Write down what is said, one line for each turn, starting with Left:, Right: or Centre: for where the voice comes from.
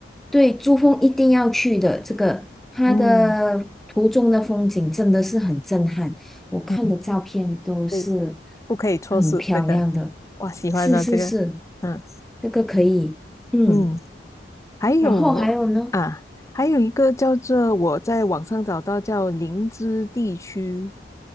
Centre: 对，珠峰一定要去的。这个它的途中的风景真的是很震撼，
Left: 嗯
Centre: 我看的照片都是
Left: 嗯，对，不可以错失这个。
Centre: 很漂
Left: 哇，喜欢的这个，
Centre: 是是是，
Left: 嗯
Centre: 这个可以，嗯。
Left: 嗯。还有
Centre: 然后还有呢？
Left: 啊，还有一个叫做我在网上找到叫林芝地区，